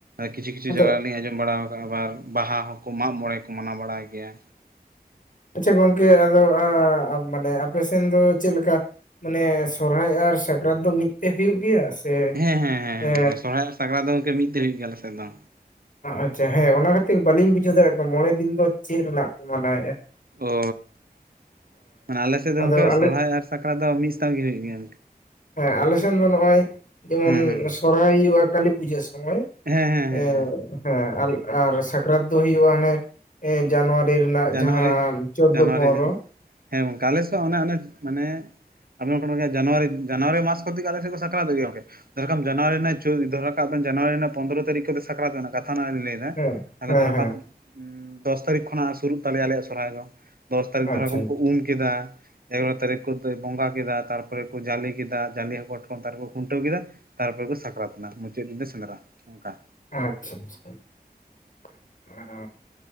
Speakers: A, on the right; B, on the left.
A: ᱠᱤᱪᱷᱩ - ᱠᱤᱪᱷᱩ
B: ᱟᱫᱚ
A: ᱡᱟᱭᱜᱟ ᱨᱮᱞᱤᱧᱸ ᱟᱡᱚᱢ ᱵᱟᱲᱟᱟᱣ ᱟᱠᱟᱫᱼᱟ᱾ ᱟᱵ ᱵᱟᱦᱟ ᱦᱚᱸᱠᱚ ᱢᱟᱜᱽ ᱢᱚᱬᱮᱸ ᱠᱚ ᱢᱟᱱᱟᱣ ᱵᱟᱲᱟᱭ ᱜᱮᱭᱟ᱾
B: ᱟᱪᱪᱷᱼᱟ ᱜᱚᱝᱠᱮ ᱟᱫᱚ ᱢᱟᱱᱮ ᱟᱯᱮ ᱥᱮᱱ ᱫᱚ ᱪᱮᱫ ᱞᱮᱠᱟ᱾ ᱚᱱᱮ ᱥᱚᱨᱦᱟᱭ ᱟᱨ ᱥᱟᱠᱨᱟᱛ ᱫᱚ ᱢᱤᱫ ᱛᱮ ᱦᱩᱭᱩᱜ ᱜᱮᱭᱟ᱾ ᱥᱮ
A: ᱦᱮᱸ ᱦᱮᱸ ᱦᱮᱸ
B: ᱮ
A: ᱥᱚᱨᱦᱟᱭ ᱟᱨ ᱥᱟᱠᱨᱟᱛ ᱫᱚ ᱜᱚᱝᱠᱮ ᱢᱤᱫ ᱛᱮ ᱦᱩᱭᱩᱜ ᱜᱮᱭᱟ᱾ ᱟᱞᱮᱥᱮᱫ ᱫᱚ
B: ᱟᱪᱪᱷᱟ ᱦᱮᱸ ᱚᱱᱟ ᱠᱷᱟᱹᱛᱤᱨ ᱵᱟᱹᱞᱤᱧ ᱵᱩᱡᱷᱟᱹᱣ ᱫᱟᱲᱮᱭᱟ-ᱜ ᱠᱟᱱᱟ᱾ ᱢᱚᱬᱮᱸ ᱫᱤᱱ ᱫᱚ ᱪᱮᱫ ᱨᱮᱱᱟᱜ ᱠᱚ ᱢᱟᱱᱟᱣᱮᱼᱟ᱾
A: ᱚ ᱟᱞᱮ ᱥᱮᱫ ᱫᱚ
B: ᱟᱫᱚ
A: ᱚᱱᱠᱟ
B: ᱟᱞᱮ
A: ᱥᱚᱨᱦᱟᱭ ᱟᱨ ᱥᱟᱠᱨᱟᱛ ᱫᱚ ᱢᱤᱫ ᱥᱟᱶ ᱜᱮ ᱦᱩᱭᱩᱜ ᱜᱮᱭᱟ᱾
B: ᱦᱮᱸ ᱟᱞᱮ ᱥᱮᱱ ᱫᱚ ᱱᱚᱜᱼᱚᱭ ᱡᱮᱢᱚᱱ
A: ᱦᱮᱸ ᱦᱮᱸ
B: ᱥᱚᱨᱦᱟᱭ ᱦᱩᱭᱩᱜᱼᱟ ᱾ᱠᱟᱞᱤ ᱯᱩᱡᱟᱹ ᱥᱚᱢᱚᱭ᱾
A: ᱦᱮᱸ ᱦᱮᱸ ᱦᱮᱸ
B: ᱮ ᱦᱮᱸ ᱟᱨ ᱟᱨ ᱥᱟᱠᱨᱟᱛ ᱫᱚ ᱦᱩᱭᱩᱜᱼᱟ᱾ ᱦᱟᱱᱮ ᱡᱟᱱᱣᱟᱨᱤ ᱨᱮᱱᱟᱜ
A: ᱡᱟᱱᱩᱣᱟᱨᱤ
B: ᱡᱟᱦᱟᱸ ᱪᱳᱫᱳ
A: ᱡᱟᱱᱩᱣᱟᱨᱤ
B: ᱯᱚᱱᱨᱚ
A: ᱦᱮᱸ ᱜᱚᱝᱠᱮ ᱟᱞᱮ ᱥᱮᱫ ᱚᱱᱮ ᱚᱱᱮ ᱢᱟᱱᱮ ᱟᱞᱮ ᱡᱟᱱᱩᱣᱟᱨᱤ, ᱡᱟᱱᱩᱣᱟᱨᱤ ᱢᱟᱥ ᱠᱚ ᱛᱮ ᱥᱟᱠᱨᱟᱛ ᱦᱩᱭᱩᱼᱜ ᱡ ᱡᱟᱱᱩᱣᱟᱨᱤ ᱨᱮᱱᱟᱜ ᱟᱮᱱ ᱡᱟᱱᱩᱣᱟᱨᱤ ᱨᱮᱱᱟᱜ ᱾ᱯᱚᱱᱨᱚ ᱛᱟᱨᱤᱠᱷ ᱥᱟᱠᱨᱟᱛ ᱨᱮᱱᱟᱜᱱᱟ ᱠᱟᱛᱷᱟ ᱞᱟᱹᱭ᱾
B: ᱦᱮᱸ
A: ᱛᱟᱦᱞᱮ
B: ᱦᱮᱸ
A: ᱫᱽᱷᱚᱨᱟ ᱠᱟ
B: ᱦᱮᱸ
A: ᱫᱚᱥ ᱛᱟᱹᱨᱤᱠᱷ ᱠᱷᱚᱱᱟᱜ ᱥᱩᱨᱩᱜ ᱛᱟᱞᱮᱭᱟ ᱟᱞᱮᱭᱟᱜ ᱥᱚᱨᱦᱟᱭ ᱫᱚ᱾ ᱫᱚᱥ ᱛᱟᱨᱤᱠᱷ
B: ᱟᱪᱪᱷᱟ
A: ᱫᱽᱷᱚᱨᱟᱢ ᱠᱚ ᱩᱢ ᱠᱮᱫᱟ᱾ ᱮᱜᱟᱨᱚ ᱛᱟᱨᱤᱠᱷ ᱠᱚ ᱵᱚᱸᱜᱟ ᱠᱮᱫᱟ ᱛᱟᱨᱯᱚᱨᱮ ᱠᱚ ᱡᱟᱞᱮ ᱠᱮᱫᱟ ᱡᱟᱞᱮ ᱯᱚᱨ ᱠᱚ ᱠᱷᱩᱱᱴᱟᱹᱣ ᱠᱮᱫᱟ᱾ ᱛᱟᱨᱯᱚᱨᱮ ᱠᱚ ᱥᱟᱠᱨᱟᱛ ᱮᱱᱟ ᱢᱩᱪᱮᱹᱫ ᱫᱤᱱ ᱫᱚ ᱥᱮᱸᱫᱽᱨᱟ ᱚᱝᱠᱟ᱾
B: <inaudible>